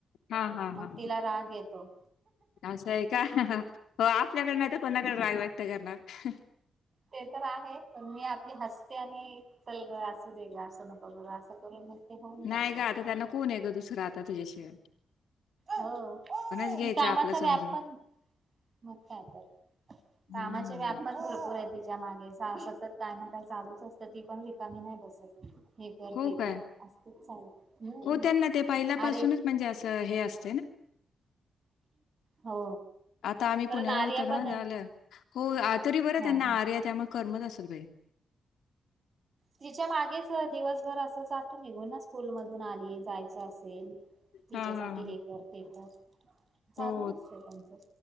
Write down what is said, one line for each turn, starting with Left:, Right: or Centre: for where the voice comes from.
Left: हां, हां,
Right: मग
Left: हां.
Right: तिला राग येतो.
Left: असं आहे का हो आपल्याकड नाही तर कोणाकडे राग व्यक्त करणार.
Right: ते तर आहे पण मी आपली हस्ते आणि चलग असुदे ग असं नको करु असं करून मग ते होऊन जातं
Left: नाही ग आता त्यांना कोण आहे ग दुसरं आता तुझ्याशिवाय
Right: हो
Left: आपणच घ्यायचं
Right: कामाचा
Left: आपलं समजून.
Right: व्याप पण म काय तर-
Left: हं.
Right: कामाचे व्याप पण भरपूर आहेत तिच्या मागे सतत काय ना काय चालुच असतं ती पण रिकामी नाही बसत. हे कर
Left: हो
Right: ते
Left: काय
Right: कर असतच चालू हम्म
Left: हो त्यांना ते पहिल्यापासुनच
Right: अरे
Left: म्हणजे असं हे असते ना
Right: हो
Left: आता आम्ही
Right: परत
Left: पुण्याला
Right: आर्या
Left: उतरणार
Right: पण आहे
Left: <inaudible> हो आ तरी बरं
Right: हा
Left: त्यांना
Right: हा
Left: आर्या त्यामुळे करमत असेल बाई.
Right: तिच्या मागेच दिवसभर असं जातो निघुन ना स्कूल मधून आली जायचं असेल तिच्यासाठी
Left: हां, हां, हां.
Right: हे कर ते कर चालूच
Left: हो,
Right: असते त्यांचं